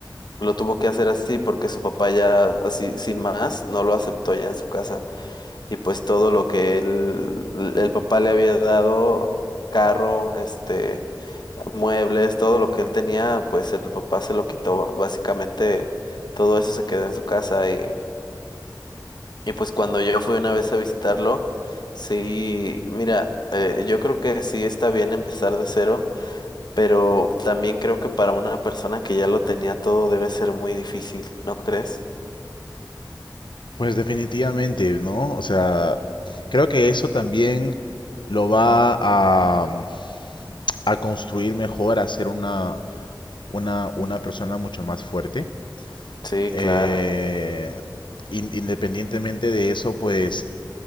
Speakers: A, on the left; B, on the left.
A: lo tuvo que hacer así porque su papá ya así sin más no lo aceptó ya en su casa. Y pues todo lo que él, el papá le había dado, carro, este, muebles, todo lo que él tenía, pues el papá se lo quitó. Básicamente todo eso se quedó en su casa y, y pues cuando yo fui una vez a visitarlo, sí, mira, eh, yo creo que sí está bien empezar de cero pero también creo que para una persona que ya lo tenía todo debe ser muy difícil, ¿no crees?
B: Pues definitivamente, ¿no? O sea, creo que eso también lo va a, mm, a construir mejor, a hacer una, una, una persona mucho más fuerte.
A: Sí,
B: Eh,
A: claro.
B: in- independientemente de eso, pues